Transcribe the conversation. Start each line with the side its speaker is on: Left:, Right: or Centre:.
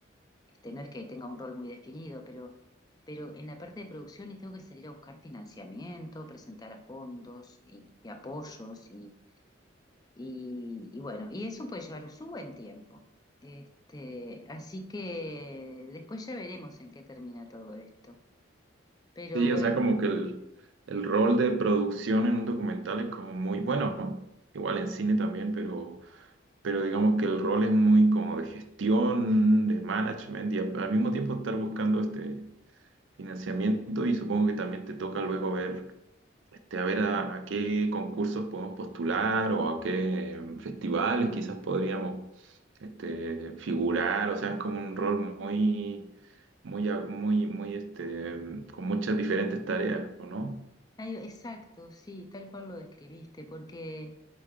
Left: este, no es que tenga un rol muy definido, pero, pero en la parte de producción y tengo que salir a buscar financiamiento, presentar a fondos y, y apoyos y, y, y bueno, y eso puede llevar su buen tiempo. Este, así que después ya veremos en qué termina todo esto. Pero
Right: Sí,
Left: bueno,
Right: o sea, como que el, el rol de producción en un documental es como muy bueno, igual en cine también, pero pero digamos que el rol es muy como de gestión, de management y a- al mismo tiempo estar buscando este financiamiento y supongo que también te toca luego ver, este, a ver a, a qué concursos podemos postular o a qué em, festivales quizás podríamos este, figurar, o sea, es como un rol muy, muy, a- muy, muy, este, em, con muchas diferentes tareas, ¿o no?
Left: ay, exacto, sí, tal cual lo describiste, porque...